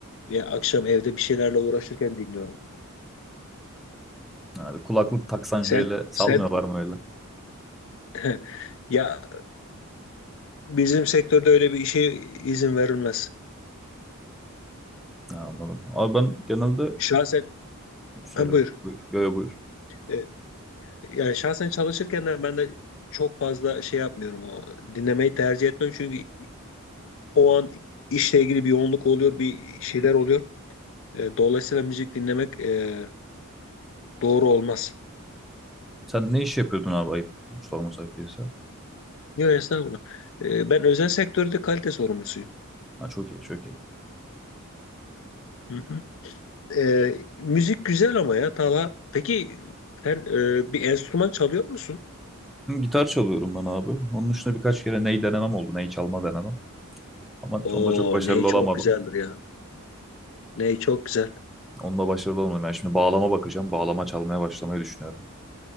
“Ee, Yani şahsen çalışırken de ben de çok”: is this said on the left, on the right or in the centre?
Left